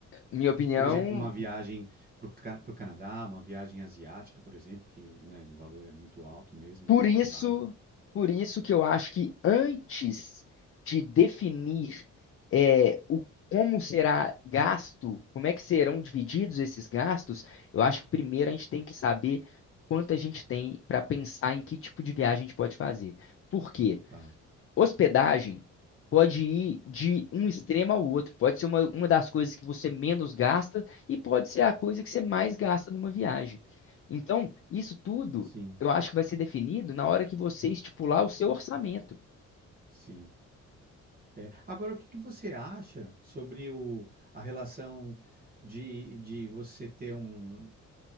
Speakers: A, on the left; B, on the right.
A: minha opinião
B: Por exemplo, uma viagem para o Canadá, uma viagem asiática, por exemplo, que né, o valor é muito alto mesmo
A: Por
B: da
A: isso,
B: passagem.
A: por isso que eu acho que antes de definir é, o como será gasto, como é que serão divididos esses gastos, eu acho que primeiro a gente tem que saber quanto a gente tem para pensar em que tipo de viagem a gente pode fazer. Por quê?
B: Tá,
A: Hospedagem pode ir de um extremo ao outro. Pode ser uma, uma das coisas que você menos gasta e pode ser a coisa que você mais gasta numa viagem. Então, isso tudo
B: sim,
A: eu acho que vai ser definido na hora que você estipular o seu orçamento.
B: sim. É. Agora, o que que você acha sobre o, a relação de, de você ter um.